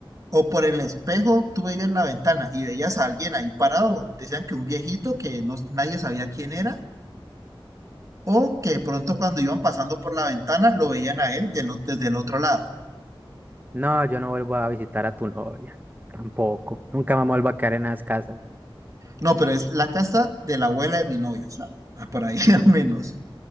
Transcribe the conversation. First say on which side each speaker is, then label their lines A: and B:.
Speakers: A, on the right; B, on the right.
A: O por el espejo tú veías la ventana y veías a alguien ahí parado, decían que un viejito que no, nadie sabía quién era, o que de pronto cuando iban pasando por la ventana lo veían a él del o- desde el otro lado.
B: No, yo no vuelvo a visitar a tu novia. Tampoco. Nunca me vuelvo a quedar en las casas.
A: No, pero es la casa de la abuela de mi novia, o sea, ah, por ahí <laughs> al menos.